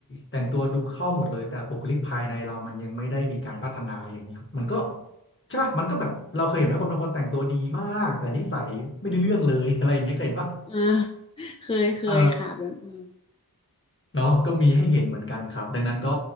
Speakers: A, on the left (about 35°); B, on the left (about 15°).
A: แต่งตัวดูเข้าหมดเลยแต่บุคลิกภายในเรามันยังไม่ได้มีการพัฒนาอย่างเงี้ยครับมันก็ใช่ปะมันก็แบบเราเคยเห็นไหมคนบางคนแต่งตัวดีมากแต่นิสัยไม่ได้เรื่องเลย <laughs> อะไรอย่างเงี้ยเคยเห็นปะ
B: ค่ะค่ะอ่าเคยเคยค่ะแบบอืม
A: เออ เนาะก็มีให้เห็นเหมือนกันครับดังนั้นก็